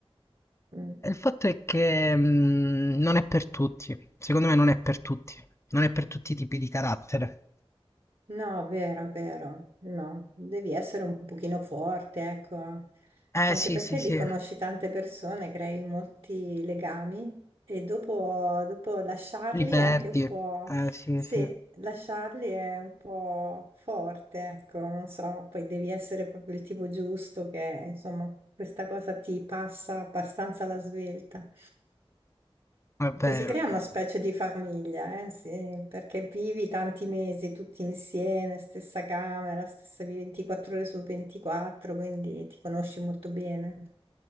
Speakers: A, on the right; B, on the left.
A: mm.
B: E il fatto è che mm, non è per tutti, secondo me non è per tutti, non è per tutti i tipi di carattere.
A: No, vero, vero, no, devi essere un pochino forte, ecco,
B: Eh,
A: anche
B: sì,
A: perché
B: sì, sì,
A: lì conosci tante persone, crei molti legami e dopo, dopo lasciarli
B: li perdi.
A: è anche un po',
B: Eh, sì,
A: sì,
B: sì, è
A: lasciarli è un po' forte, ecco, non so, poi devi essere proprio il tipo giusto che, insomma, questa cosa ti passa abbastanza alla svelta.
B: vero,
A: Che si crea
B: è vero.
A: una specie di famiglia, eh, sì, perché vivi tanti mesi tutti insieme, stessa camera, stessa vivi 24 ore su 24, quindi ti conosci molto bene.